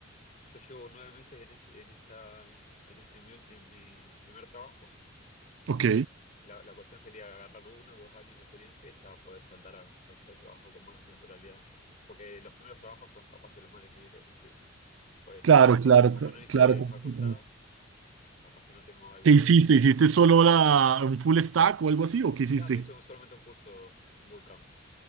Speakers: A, on the left; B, on the right.
A: yo llevo nueve meses en este, en esta, en este, en mi, en mi primer trabajo,
B: Ok.
A: y, la, la cuestión sería agarrar uno o dos años de experiencia y ya poder saltar a cualquier trabajo con más naturalidad. Porque los primeros trabajos son capaz que los más difíciles de conseguir. Pues
B: Claro,
A: yo ca- co-
B: claro,
A: como
B: cl-
A: no hice
B: claro. completamente.
A: facultad, capaz que no tengo algo
B: ¿Qué hiciste?
A: de
B: ¿Hiciste solo la, un full stack o algo así? ¿O qué hiciste?
A: Claro, hice un- solamente un curso, un bootcamp,